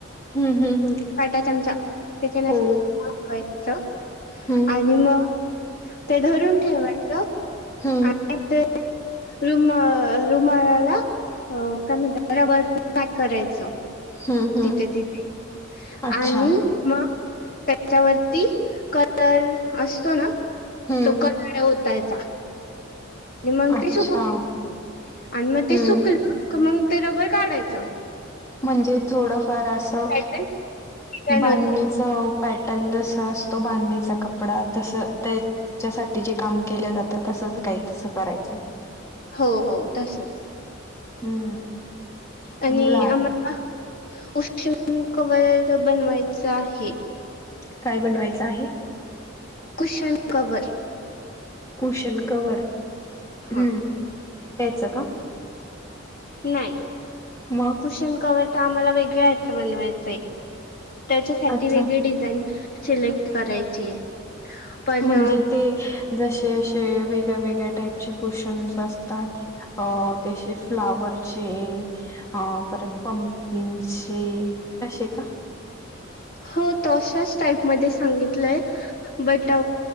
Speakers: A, on the left; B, on the left.
A: हम्म हम्म हम्म
B: काटा चमचा. त्याच्याने
A: हो
B: अस <unintelligible>
A: हम्म
B: आणि मग ते धरून ठेवायच.
A: हम्म
B: आणि ते रुम अ रुमालाला अ काय म्हणतात, रबरने पॅक करायच.
A: हम्म हम्म
B: तिथ तिथे,
A: अच्छा
B: आणि मग त्याच्यावरती कलर असतो ना?
A: हम्म
B: तो कलर ओतायचा. आणि मग
A: अच्छा
B: ते सुकू दे. आणि मग ते
A: हम्म
B: सुकल का मग ते रबर काढायच.
A: म्हणजे, थोडफार अस अ
B: पॅटर्न डिझाईन
A: बांधणी
B: होते
A: च पॅटर्न जस असतो, बांधणीचा कपडा तस ते ज्यासाठी जे काम केले जातात तसच काही तस करायच.
B: हो हो तसच.
A: हम्म चांगलं
B: आणि,
A: आहे
B: आम्हाला कुशन कवर बनवायच आहे.
A: काय बनवायच आहे.
B: Cushion cover.
A: कुशन कव्हर,
B: हा
A: ह, त्याच का?
B: नाही.
A: मग
B: कुशन कव्हर तर आम्हाला वेगळ्या ह्याच बनवायचय आहे. त्याच्यासाठी
A: अच्छा
B: वेगळी डिझाईन सिलेक्ट करायची आहे. पण
A: म्हणजे ते जसे असे वेगळ्या वेगळ्या टाईपचे कुशनस् असतात. अं ते असे फ्लॉवरचे अ परत पमकिनचे, तसे का?
B: हो तश्याच टाईपमध्ये सांगितलय. बट